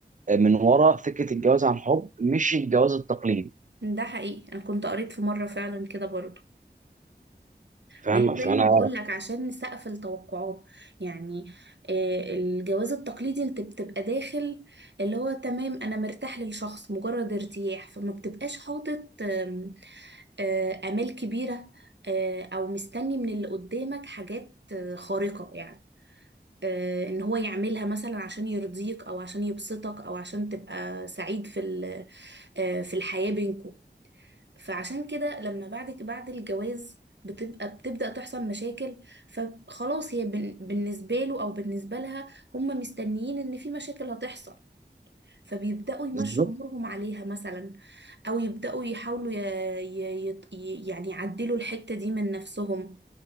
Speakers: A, on the right (about 45°); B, on the right (about 80°).
A: من وراء فكره الجواز عن حب مش الجواز التقليدي
B: ده حقيقي انا كنت قريت في مره فعلا كده برضو
A: فاهم
B: ما هي
A: فانا
B: زي ما بقول لك عشان نسقف التوقعات يعني آه، الجواز التقليدي انت بتبقى داخل اللي هو تمام انا مرتاح للشخص مجرد ارتياح فما بتبقاش حاطط آم، آه، امال كبيره آه، او مستني من اللي قدامك حاجات آه، خارقه يعني آه، ان هو يعملها مثلا عشان يرضيك او عشان يبسطك او عشان تبقى سعيد في ال- آه، في الحياه بينكم فعشان كده لما بعد بعد الجواز بتبقى بتبدأ تحصل مشاكل فخلاص هي بن- بالنسبة له أو بالنسبة لها هم مستنيين إن في مشاكل هتحصل فبيبدأوا يمشوا
A: بالظبط
B: أمورهم عليها مثلا أو يبدأوا يحاولوا ي... ي... يط- ي... يعني يعدلوا الحتة دي من نفسهم